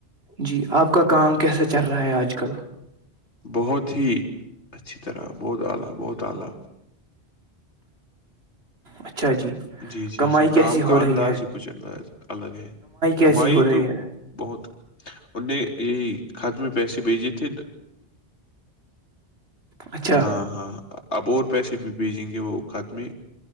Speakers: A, on the right (about 65°); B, on the left (about 85°).
A: جی آپ کا کام کیسا چل رہا ہے آج کل
B: بہت ہی اچھی طرح بہت اعلی بہت اعلی
A: اچھا جی
B: جی جی
A: کمائی
B: جی کام
A: کیسی ہو
B: کا
A: رہی
B: انداز
A: ہے
B: ہی کچھ انداز الگ ہے کمائی
A: کیسی ہو رہی
B: تو
A: ہے
B: بہت ان نے یہی خاتمے پیسے بھیجے تھے
A: اچھا
B: ہاں ہاں اب اور پیسے بھی بھیجیں گے وہ ک اس میں